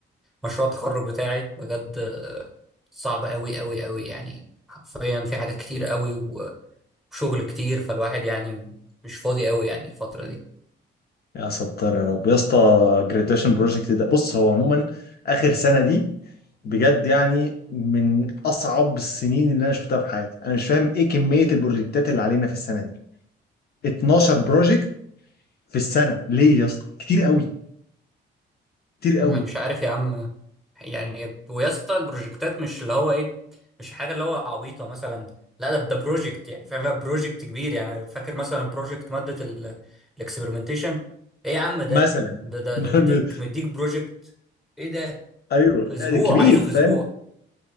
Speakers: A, in the centre; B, on the left.
A: مشروع التخرج بتاعي بجد آه، صعب قوي قوي قوي يعني حرفيا في حاجات كتير قوي وشغل كتير فالواحد يعني مش فاضي قوي يعني الفترة دي
B: يا ستار يا رب يا اسطى جراديويشن بروجكت ده بص هو عموما اخر سنه دي بجد يعني من اصعب السنين اللي انا شفتها في حياتي انا مش فاهم ايه كميه البروجكتات اللي علينا في السنه دي 12 بروجكت في السنه ليه يا اسطى؟ كتير قوي كتير قوي
A: انا مش عارف يا عم يعني ويا اسطى البروجكتات مش اللي هو ايه مش حاجه اللي هو عبيطه مثلا لا ده ده بروجكت يعني فاهم بروجكت كبير يعني أنا فاكر مثلا بروجكت ماده الاكسبيرمنتيشن ايه يا عم ده
B: مثلا
A: ده ده,
B: <laughs>
A: ده مديك مديك بروجكت ايه ده
B: ايوه
A: في اسبوع
B: كبير
A: عايزه في اسبوع
B: فاهم